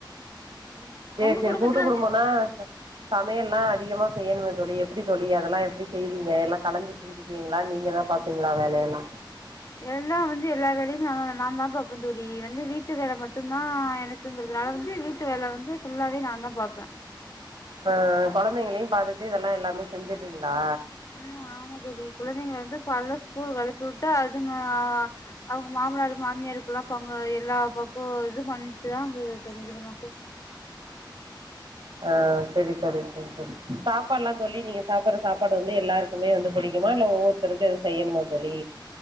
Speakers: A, on the left (about 40°); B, on the right (about 80°).
A: ம்
B: சேரி
A: உங்க
B: சேரி
A: குடும்பத்துல
B: கூட்டு குடும்பந்தா சமையெல்லா அதிகமா செய்யனுமே தோழி எப்டி தோழி அதெல்லா எப்டி செய்வீங்க எல்லா கலந்து செஞ்சுக்கிவீங்ளா நீங்க தா பாப்பீங்ளா வேலையெல்லா
A: எல்லா வந்து எ எல்லா வேலையு நா நா தா பாப்ப தோழி வந்து வீட்டு வேல மட்டு தா எனக்குங்கிறதுனால வந்து வீட்டு வேல வந்து ஃபுல்லாவே நா தா பாப்ப
B: அ கொழந்தைங்களையு பாத்துட்டு இதெல்லா எல்லாமே செஞ்சறீங்களா
A: அ ஆமா தோழி குழந்தைங்க வந்து கால்ல ஸ்கூலுக்கு அனுச்சி விட்டு அதுங்க ஆ அவுங்க மாமனாருக்கு மாமியாருக்குல்லா பங்க எல்லா பக்கோ இது பண்ணிட்டு தா அது சரி இது பண்ணுவாங்க
B: அ சரி தோழி சரி தோழி சாப்பாடுல்லா தோழி நீங்க சாப்டுற சாப்பாடு வந்து எல்லாருக்குமே வந்து பிடிக்குமா இல்ல ஒவ்வொருத்தருக்கு எ செய்யணுமா தோழி